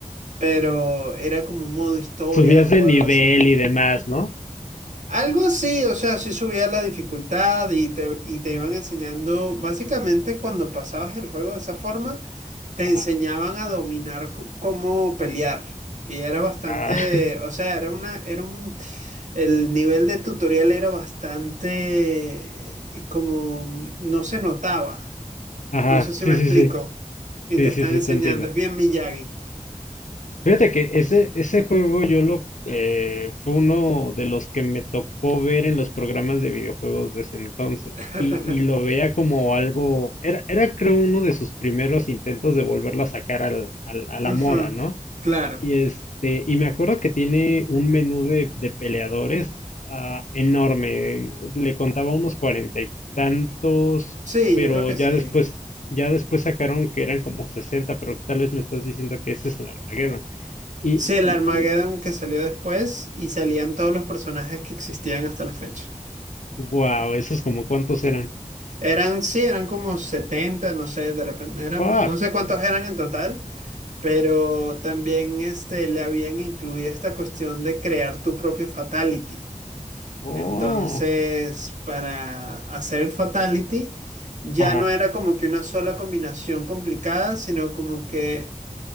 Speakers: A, on the right (about 65°); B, on the left (about 65°).
A: pero era como un modo historia
B: Subías
A: o
B: de nivel
A: algo así.
B: y demás, ¿no?
A: Algo así, o sea, sí subía la dificultad y te, y te iban enseñando, básicamente cuando pasabas el juego de esa forma, te
B: Ajá,
A: enseñaban a dominar c- cómo pelear. Y era bastante,
B: ajá, <laughs>
A: o sea, era una, era un, el nivel de tutorial era bastante eh, como, no se notaba.
B: ajá,
A: No sé si
B: sí,
A: me explico.
B: sí, sí,
A: Y
B: sí,
A: te están
B: sí, sí,
A: enseñando,
B: te entiendo.
A: es bien Miyagi.
B: Fíjate que ese, ese juego yo lo eh, fue uno de los que me tocó ver en los programas de videojuegos de ese entonces.
A: <laughs>
B: Y, y lo veía como algo. Era, era creo uno de sus primeros intentos de volverlo a sacar al, al- a
A: Ujú,
B: la moda, ¿no?
A: Claro.
B: Y este, y me acuerdo que tiene un menú de, de peleadores ah, enorme. Le contaba unos cuarenta y tantos,
A: Sí,
B: pero
A: yo creo que
B: ya
A: sí.
B: después, ya después sacaron que eran como sesenta, pero tal vez me estás diciendo que ese es el Armageddon. Y,
A: Sí, el
B: y,
A: Armageddon
B: y,
A: que salió después y salían todos los personajes que existían hasta la fecha.
B: wow, esos como cuántos eran.
A: Eran, sí, eran como 70, no sé, de repente eran,
B: Fuck.
A: no sé cuántos eran en total, pero también este, le habían incluido esta cuestión de crear tu propio fatality.
B: Oh.
A: Entonces, para hacer el fatality, ya
B: Ajá,
A: no era como que una sola combinación complicada, sino como que